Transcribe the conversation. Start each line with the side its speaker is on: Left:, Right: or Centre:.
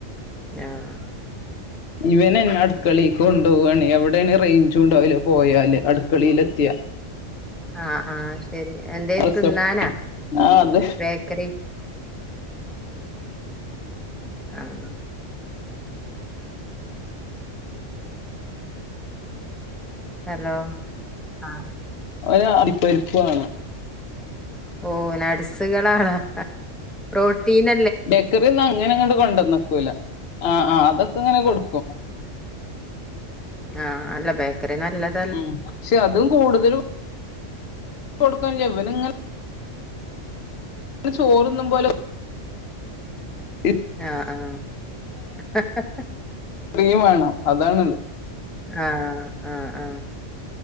Centre: ആഹ
Left: ഇവനെന്നെ അടുക്കളിക്ക് കൊണ്ടുപോകാണ്. എവിടെയാണ് റേഞ്ച് ഉണ്ടാവൂല പോയാല് അടുക്കളിലെത്തിയ.
Centre: ആഹ ആഹ ശരി എന്തേ
Left: പ്രസവ
Centre: തിന്നാനാ?
Left: ആ അത്
Centre: ബേക്കറി. ആഹ ഹലോ ആഹ
Left: ഓന് അണ്ടിപ്പരിപ്പാണം
Centre: ഓ നട്സുകളാണ പ്രോട്ടീൻ..
Left: ബേക്കറിന് അങ്ങനെ ഇങ്ങട്ട് കൊണ്ടന്നക്കൂല. ആഹ ആഹ അതൊക്കെങ്ങനെ കൊടുക്കും.
Centre: ആഹ അല്ല ബേക്കറി നല്ല..
Left: ഉം പക്ഷെ അതും കൂടുതലും <unintelligible> കൊടുക്ക ഇവനിങ്ങനെ.. <unintelligible> ചോറൊന്നും പോലെ. <inaudible>
Centre: ആഹ ആഹ ഹ ഹ ഹ
Left: ഇത്രയും വേണം അതാണ്..
Centre: ആഹ ആഹ് ആഹ